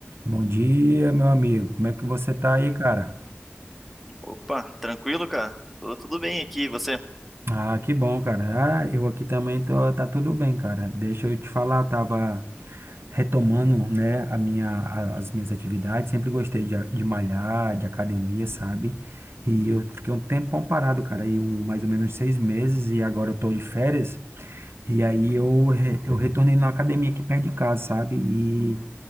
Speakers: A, on the right (about 65°); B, in the centre.
A: Bom dia, meu amigo. Como é que você tá aí, cara?
B: Opa, tranquilo, cara? Tô tudo bem aqui, e você?
A: Ah, que bom, cara. Ah, eu aqui também tô, tá tudo bem, cara. Deixa eu te falar, eu tava retomando, né, a minha, a- as minhas atividades. Sempre gostei de, a- de malhar, de academia, sabe? E eu fiquei um tempão parado, cara, aí um, mais ou menos seis meses e agora eu tô de férias. E aí eu, re- eu retornei na academia aqui perto de casa, sabe? E